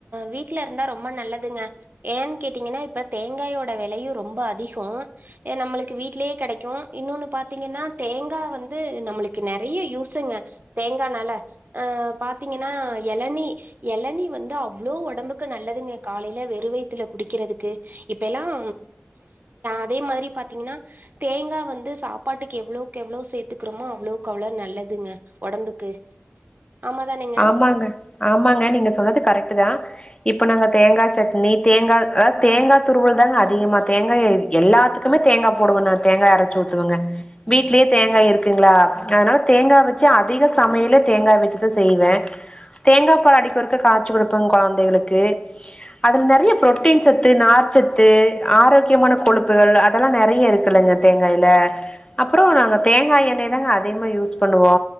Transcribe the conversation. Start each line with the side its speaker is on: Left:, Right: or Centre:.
Right: வீட்ல இருந்தா ரொம்ப நல்லதுங்க ஏன்னு கேட்டீங்கனா இப்ப தேங்காயோட வெலையு ரொம்ப அதிகோ நம்மளுக்கு வீட்லயே கெடைக்கு இன்னொன்னு பாத்தீங்கனா தேங்கா வந்து நம்மளுக்கு நெறய யூஸுங்க தேங்கானால அ பாத்தீங்கனா எளநி எளநி வந்து அவ்ளோ ஒடம்புக்கு நல்லதுங்க காலையில வெறு வயித்ல குடிக்கிறதுக்கு இப்ப எல்லாம் அதே மாதிரி பாத்தீங்கனா தேங்கா வந்து சாப்பாட்டுக்கு எவ்ளோக் எவ்ளோ சேத்துக்குறோமோ அவ்ளோக் அவ்ளோ நல்லதுங்க ஒடம்புக்கு ஆமா தானேங்க
Left: ஆமாங்க ஆமாங்க நீங்க சொன்னது கரெக்டு தா இப்ப நாங்க தேங்கா சட்னி நீ தேங்கால் தேங்காதுருவல் தாங்க அதிக அதிகமா தேங்காய எல்லாத்துக்குமே தேங்கா போடுவே நானு தேங்க அரச்சு ஊத்துவேங்க வீட்லயே தேங்காய் இருக்குங்ளா அதனால தேங்கா வெச்சு அதிக சமயலே தேங்காய் வச்சது செய்வே தேங்கா பால் அடிக்கொருக்க காய்ச்சி குடுப்பங்க கொழந்தைகளுக்கு அதுல நெறய புரோட்டின் சத்து நார் சத்து ஆரோக்யமான கொழுப்புகள் அதெல்லா நெறய இருக்குலங்க தேங்காய்ல அப்றோ நாங்க தேங்காய் எண்ணெய் தாங்க அதிகமா யூஸ் பண்ணுவோ